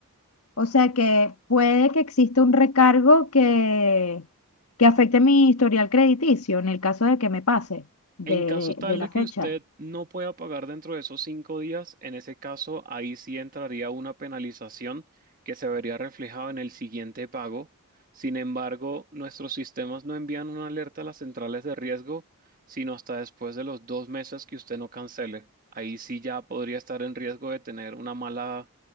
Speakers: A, on the left; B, on the right.
A: O sea que puede que exista un recargo que, que afecte mi historial crediticio en el caso de que me pase de,
B: En caso tal
A: de la
B: de que
A: fecha.
B: usted no pueda pagar dentro de esos cinco días, en ese caso ahí sí entraría una penalización que se vería reflejada en el siguiente pago. Sin embargo, nuestros sistemas no envían una alerta a las centrales de riesgo, sino hasta después de los dos meses que usted no cancele. Ahí sí ya podría estar en riesgo de tener una mala